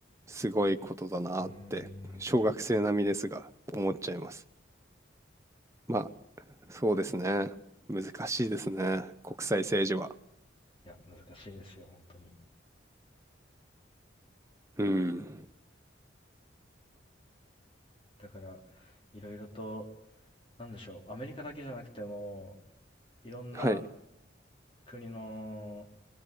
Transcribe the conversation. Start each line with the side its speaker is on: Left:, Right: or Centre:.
Right: すごいことだなって小学生並みですが思っちゃいます。
Left: うーん。
Right: まあそうですね。難しいですね。国際政治は。
Left: いや、難しいですよ、本当に。
Right: うん。
Left: だから、いろいろと、なんでしょう、アメリカだけじゃなくても、いろんな
Right: はい。
Left: 国の、